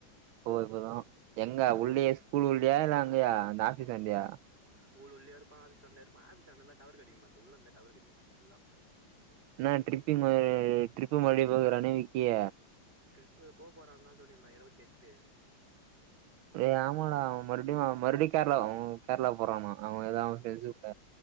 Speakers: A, on the right; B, on the right.
A: ஓ இப்பதான் எங்க உள்ளேயே ஸ்கூல் உள்ளயா இல்ல அங்கயா அந்த ஆபீஸ் அண்டையா
B: ஸ்கூல் உள்ளய இருப்பா ஆபீஸ் உள்ளயும் இருப்பா ஆபிஸ் வந்த டவர் கிடைக்க மாட்டிகுது உள்ள இருந்த டவர் கிடைக்குது ஃபுல்லா
A: ந ட்ரிப்பிங ட்ரிப்பு மறுபடிய போக்கறானே விக்கிய
B: ட்ரிப்பு போ போறாந்தா சொல்லிருந்தா இருபத்தி எட்டு
A: ஏ ஆமாட மறுபடியும் மறுபடியும் கேரளா கேரளா போறானா அவங்க ஏதாவ அவன் ஃப்ரெண்ட்ஸு கூட